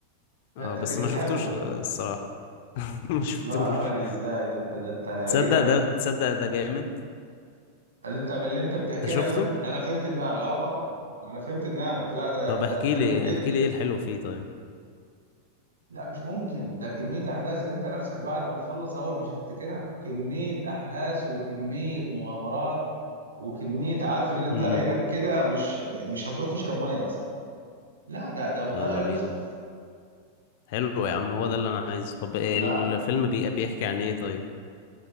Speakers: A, on the right; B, on the left.
A: ده
B: اه
A: أنت
B: بس
A: أكيد
B: ما
A: بتحبه
B: شفتوش
A: بقى
B: ال- الصراحة <laughs> ما شفتوش
A: لا يا راجل ازاي ده انت ده انت هيعجبك
B: تصدق ده تصدق ده جامد
A: انت من اللي انت بتحكيه
B: انت
A: انا
B: شفته
A: فهمت انا فهمت دماغك اه طبعا ما انا فهمت دماغك لا ده
B: طب
A: ده
B: احكي
A: هتحبه
B: لي
A: جدا
B: احكي لي ايه الحلو فيه طيب
A: لا مش ممكن ده كمية احداث انت نفسك بعد ما تخلص اول مش هتفتكرها كمية احداث وكمية مغامرات وكمية عارف ان انت
B: امم
A: عينك كده مش مش هتروح تشرب مية مثلا لا ده ده ده
B: يلا
A: لا يوصف
B: بينا حلو يا عم هو ده اللي انا عايزه طب إيه
A: لا
B: الفيلم بي... بيحكي عن ايه طيب